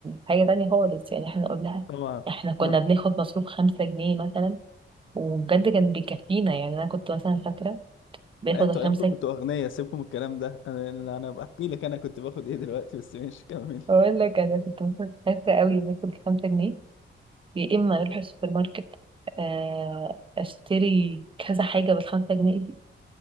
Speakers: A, on the right; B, on the left.
A: حاجه تانية خالص يعني احنا قلنا لها
B: طبعا
A: احنا كنا
B: اه
A: بناخد مصروف خمسة جنيه مثلا وبجد كان بيكفينا يعني انا كنت مثلا فاكره باخد
B: لا انتوا
A: الخمسة
B: ايامكم كنتوا اغنياء سيبكم من الكلام ده انا انا أنا بحكي لك انا كنت باخد ايه دلوقتي بس ماشي كمل
A: بقول <laughs> لك انا كنت مثلا فاكره قوي باخد الخمسة جنيه يا اما اروح السوبر ماركت آه، اشتري كذا حاجه بالخمسة جنيه